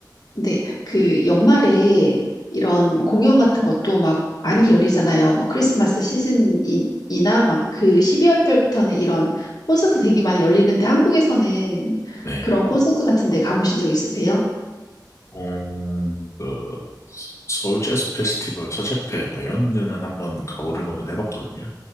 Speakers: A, on the left; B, on the left.
A: 근데 그 연말에 이런 공연 같은 것도 막 많이 열리잖아요. 뭐 크리스마스 시즌이나 막 그 12월 달부터는 이런 콘서트 되게 많이 열리는데 한국에서는
B: 네.
A: 그런 콘서트 같은 데 가보신 적 있으세요?
B: 음, 그 서울 재즈 페스티벌 서재페 뭐 이런 데는 한번 가보려고는 해봤거든요.